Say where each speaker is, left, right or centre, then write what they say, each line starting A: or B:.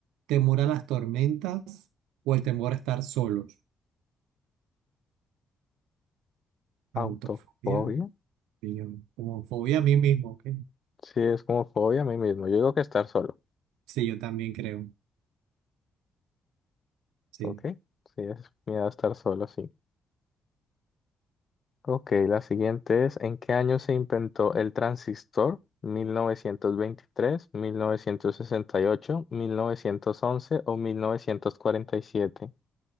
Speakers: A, on the right; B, on the left.
A: temor a las tormentas o el temor a estar solos. Autofobia,
B: Autofobia.
A: sí, yo- como fobia a mí mismo, ¿ok?
B: Sí, es como fobia a mí mismo. Yo digo que estar solo.
A: Sí, yo también creo, sí.
B: ¿Ok? Sí, es miedo a estar solo, sí. Ok, la siguiente es, ¿en qué año se inventó el transistor? Mil mil novecientos novecientos veintitrés, mil novecientos sesenta y ocho, mil novecientos once o 1947.